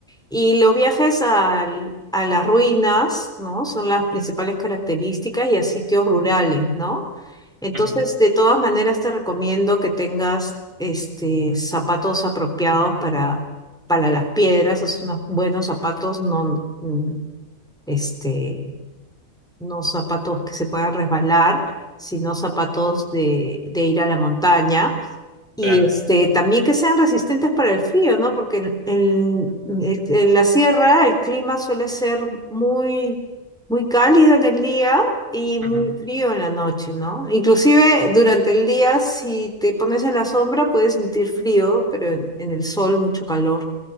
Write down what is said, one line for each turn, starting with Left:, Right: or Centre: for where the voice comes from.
Centre: Y los viajes al- a las ruinas, ¿no? Son las principales características y a sitios rurales, ¿no? Entonces,
Right: ujú,
Centre: de todas maneras, te recomiendo que tengas este, zapatos apropiados para, para las piedras, o sea, unos buenos zapatos, no, mm, este, no zapatos que se puedan resbalar, sino zapatos de, de ir a la montaña y
Right: claro.
Centre: este, también que sean resistentes para el frío, ¿no? Porque en, en- en- en la sierra el clima suele ser muy, muy cálido en el día y muy
Right: ujú,
Centre: frío en la noche, ¿no? Inclusive durante el día, si te pones en la sombra, puedes sentir frío, pero en, en el sol mucho calor.